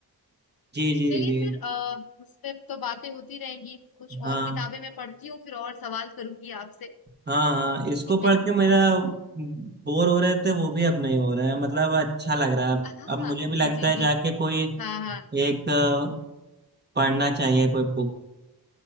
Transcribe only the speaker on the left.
चलिए
फिर आ, उस पे तो बातें होती रहेंगी कुछ
और किताबें मैं पढ़ती हूँ फिर और सवाल करूंगी आपसे
ठीक
है
हाँ
हाँ
जी
जी
हाँ हाँ